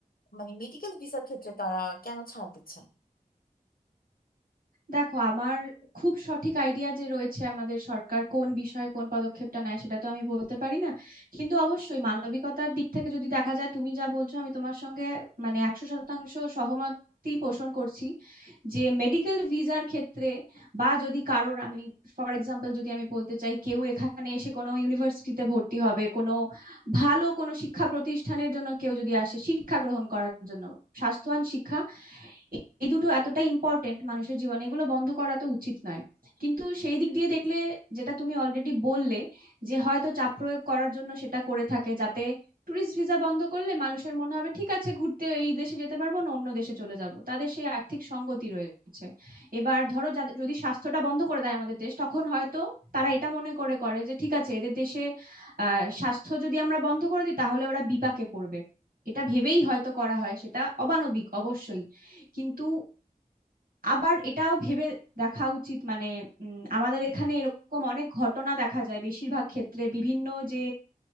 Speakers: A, on the left; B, on the right.
A: মানে মেডিকেল ভিসার ক্ষেত্রে তারা কেন ছাড় দিচ্ছে না
B: দেখো আমার খুব সঠিক আইডিয়া যে রয়েছে আমাদের সরকার কোন বিষয়ে কোন পদক্ষেপটা নেয় সেটা তো আমি বলতে পারি না কিন্তু অবশ্যই মানবিকতার দিক থেকে যদি দেখা যায় তুমি যা বলছো আমি তোমার সঙ্গে মানে একশো শতাংশ সহমতই পোষণ করছি যে মেডিকেল ভিসার ক্ষেত্রে বা যদি কারোর আমি ফর এক্সাম্পল যদি আমি বলতে চাই কেউ এখানে এসে কোনো ইউনিভার্সিটিতে ভর্তি হবে কোনো ভালো কোনো শিক্ষা প্রতিষ্ঠানের জন্য কেউ যদি আসে শিক্ষা গ্রহণ করার জন্য স্বাস্থ্যবান শিক্ষা এই দুটো এতটা ইম্পর্টেন্ট মানুষের জীবনে এগুলো বন্ধ করা তো উচিত নয় কিন্তু সেই দিক দিয়ে দেখলে যেটা তুমি অলরেডি বললে যে হয়তো চাপ প্রয়োগ করার জন্য সেটা করে থাকে যাতে টুরিস্ট ভিসা বন্ধ করলে মানুষের মনে হবে ঠিক আছে ঘুরতে এই দেশে যেতে পারবো না অন্য দেশে চলে যাব তাদের সেই আর্থিক সঙ্গতি রয়েছে এবার ধরো যাদের- যদি স্বাস্থ্যটা বন্ধ করে দেয় আমাদের দেশ তখন হয়তো তারা এটা মনে করে করে যে ঠিক আছে এদের দেশে আহ স্বাস্থ্য যদি আমরা বন্ধ করে দিই তাহলে ওরা বিপাকে পড়বে এটা ভেবেই হয়তো করা হয় সেটা অমানবিক অবশ্যই কিন্তু আবার এটাও ভেবে দেখা উচিত মানে উম, আমাদের এখানে এরকম অনেক ঘটনা দেখা যায় বেশিরভাগ ক্ষেত্রে বিভিন্ন যে